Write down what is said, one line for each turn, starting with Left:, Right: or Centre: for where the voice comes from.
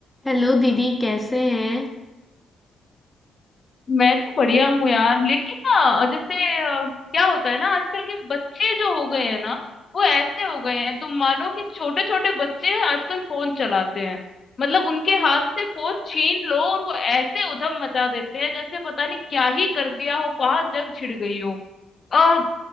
Centre: Hello दीदी कैसे हैं
Left: मैं तो बढ़िया हूँ यार लेकिन ना जैसे अ, क्या होता है ना आजकल के बच्चे जो हो गए हैं ना वो ऐसे हो गए हैं तुम मानो कि छोटे छोटे बच्चे हैं आजकल फोन चलाते हैं मतलब उनके हाथ से फोन छीन लो और वो ऐसे उधम मचा देते हैं जैसे पता नहीं क्या ही कर दिया हो कहाँ जंग छिड़ गई हो आ,